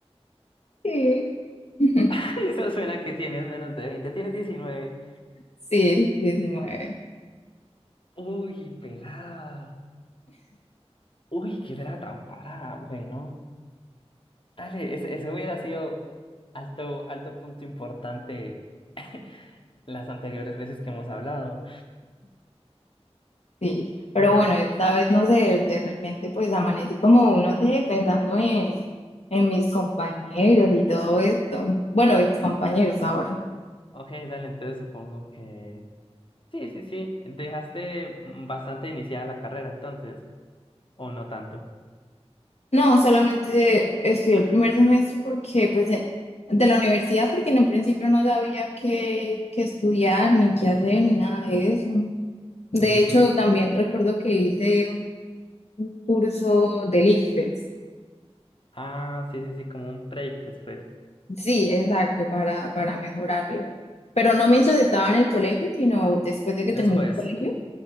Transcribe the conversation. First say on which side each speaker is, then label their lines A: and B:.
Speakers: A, on the left (about 70°); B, on the left (about 50°).
A: Sí. <laughs>
B: <laughs> Eso suena que tienes menos de 20. tienes 19.
A: Sí, 19.
B: Uy, pelada. Uy, qué pelada tan parada, bueno. Dale, ese, ese hubiera sido alto, alto punto importante <laughs> las anteriores veces que hemos hablado.
A: Sí, pero
B: Mm.
A: bueno, esta vez no sé, de repente pues amanecí como uno de pensando en, en mis compañeros y todo esto. Bueno, ex compañeros ahora.
B: Ok, dale, entonces supongo que... Sí, sí, sí. Dejaste mm, bastante iniciada la carrera entonces, o no tanto.
A: No, solamente estudié el primer semestre porque pues de, de la universidad, porque en un principio no sabía qué, qué estudiar, ni qué hacer, ni nada de eso. De
B: Ujú.
A: hecho, también recuerdo que hice un un curso del ICFES.
B: Ah, sí, sí, sí, como un break después.
A: Sí, exacto, para, para mejorarlo. Pero no mientras estaba en el colegio, sino después de que
B: Después.
A: terminé el colegio.